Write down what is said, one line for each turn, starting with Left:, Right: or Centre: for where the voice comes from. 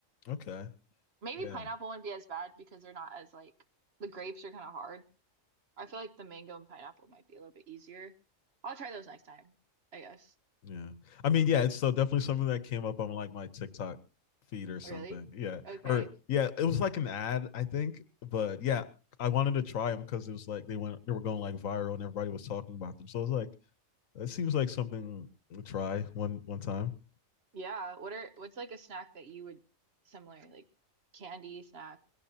Left: Okay.
Right: Maybe
Left: Yeah.
Right: pineapple wouldn't be as bad because they're not as like the grapes are kind of hard. I feel like the mango and pineapple might be a little bit easier. I'll try those next time. I guess.
Left: Yeah. I mean, yeah, it's so definitely something that came up on like my TikTok feed or something.
Right: Really?
Left: Yeah.
Right: Okay.
Left: Or yeah, it was like an ad, I think. But yeah, I wanted to try them because it was like they went, they were going like viral, and everybody was talking about them. So I was like, it seems like something we'll try one one time.
Right: Yeah. What are what's like a snack that you would similar like candy snack